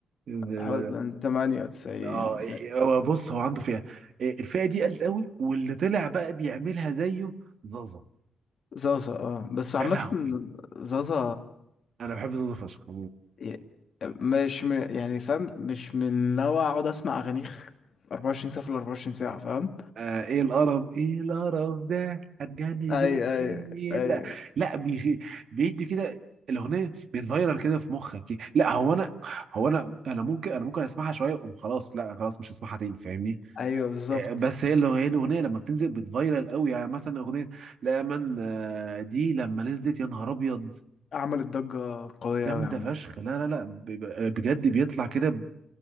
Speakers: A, on the right (about 65°); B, on the left (about 60°).
A: اه
B: حوالي من 98
A: آه، هو بص هو عنده فئة آه، الفئة دي قلت قوي واللي طلع بقى بيعملها زيه زازا
B: زازا اه بس
A: يا
B: عامة
A: لهوي
B: زازا
A: انا بحب زازا فشخ
B: ي- مش م... يعني فاهم مش من نوع اقعد اسمع اغانيه 24 ساعة في ال 24 ساعة فاهم
A: آه ايه القرف ايه القرف ده هتجني
B: ايوه
A: دوني
B: ايوه ايوه
A: لا لا بيخ... بيدي كده الاغنيه بتفيرر كده في مخك كده. لا هو انا هو انا انا ممكن انا ممكن اسمعها شويه وأقوم خلاص لا خلاص مش هسمعها تاني فاهمني
B: ايوه بالظبط
A: آه، بس هي اللي هي الاغنيه لما بتنزل بتفيرل قوي يعني مثلا اغنيه لا من آه، دي لما نزلت يا نهار ابيض
B: عملت ضجة قوية
A: جامده
B: أوي عامة
A: فشخ لا لا لا ب- ب- بجد بيطلع كده